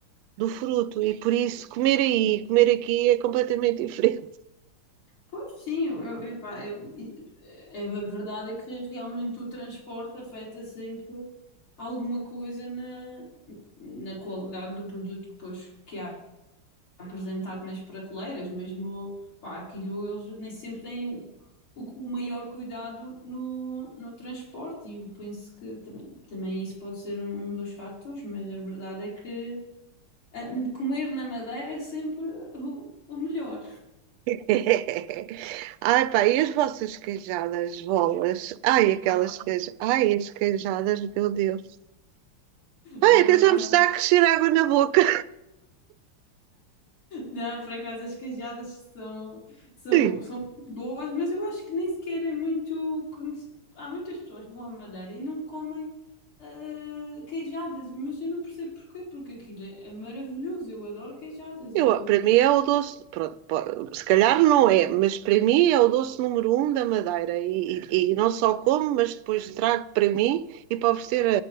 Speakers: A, on the right (about 90°); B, on the left (about 75°).
A: do fruto. E por isso, comer aí, e comer aqui é completamente diferente.
B: Pois sim, eu, eu- epá, eu- é- é- a verdade é que realmente o transporte afeta sempre alguma coisa na, na qualidade do produto que depois que há apresentado nas prateleiras, mesmo, pá, aquilo eles nem sempre têm o, o- o maior cuidado no, no transporte e eu penso que também, também isso pode ser um, um dos fatores, mas a verdade é que ah, comer na Madeira é sempre o, o melhor.
A: <laughs> Ai, pá, e as vossas queijadas, bolas? Ai, aquelas
B: Ah,
A: queijadas. Ai, as queijadas, meu Deus. Ai,
B: Eu por
A: até
B: acaso
A: já me está a crescer água na boca.
B: Não, por acaso as cajadas são, são,
A: <laughs>
B: são muito boas, mas eu acho que nem sequer é muito. conhec- Há muitas pessoas que vão à Madeira e não comem ah, queijadas, mas eu não percebo porquê, porque aquilo é, é maravilhoso, eu adoro queijadas.
A: Eu,
B: Eu,
A: para mim é o doce, pronto, po- se calhar não é, mas para mim é o doce número um da Madeira e, e- e não só como, mas depois trago para mim e para oferecer